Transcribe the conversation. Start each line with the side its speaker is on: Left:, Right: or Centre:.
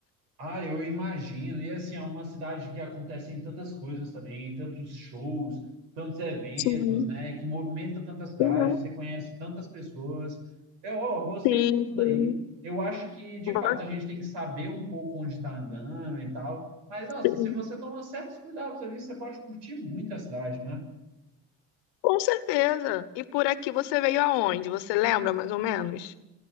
Right: Ah, eu imagino. E assim, é uma cidade que acontecem tantas coisas também, tantos shows, tantos eventos,
Left: Sim,
Right: né? Que movimenta tanta cidade,
Left: uhum,
Right: você conhece tantas pessoas. Eu, ó, gostei
Left: sim,
Right: muito daí.
Left: sim.
Right: Eu acho que, de
Left: Gosto,
Right: fato, a gente tem que saber um pouco onde está andando e tal. Mas, nossa,
Left: sim.
Right: se você tomar certos cuidados ali, você pode curtir muito a cidade, né?
Left: Com certeza. E por aqui você veio aonde? Você lembra mais ou menos?